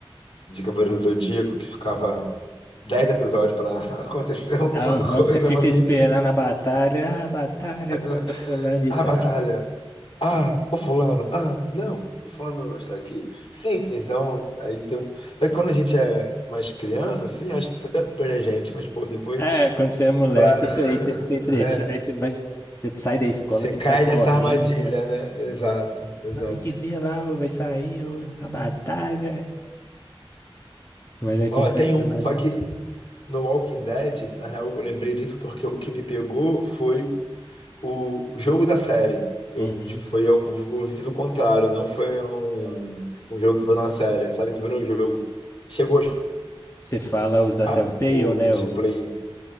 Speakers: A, on the left (about 60°); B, on the left (about 25°).
A: de Cavaleiro do Zodíaco que ficava 10 episódios pra <laughs> acontecer alguma
B: tão ruim,
A: coisa,
B: você fica
A: mas a
B: esperando
A: gente.
B: a batalha, ah, batalha
A: <laughs>
B: contra fulano de
A: A
B: tal.
A: batalha. Ah, o fulano, ah, não, o fulano não está aqui. Sim, então, aí tem. um- Mas quando a gente é mais criança, assim, acho que isso até põe a gente, mas, pô, depois
B: É, quando você é moleque,
A: pra.
B: isso aí, você
A: <laughs>
B: fica entretido,
A: É,
B: aí você vai, você sai da escola,
A: você
B: já
A: cai
B: sai correndo,
A: nessa armadilha, né? Exato, exato.
B: Não tem que ver lá, ou vai sair ou a batalha. Mas aí quando
A: Ó,
B: você
A: tem
B: vai ficar
A: um,
B: mais
A: só
B: velho.
A: que no Walking Dead, na real, eu lembrei disso porque o que me pegou foi o o jogo da série. Eu,
B: Uhum.
A: tipo, foi eu com o sentido contrário, não foi um, um jogo que virou uma série, a série que virou um jogo. Chegou
B: Você fala os da
A: Ah,
B: Telltale,
A: o
B: né?
A: de
B: O,
A: Play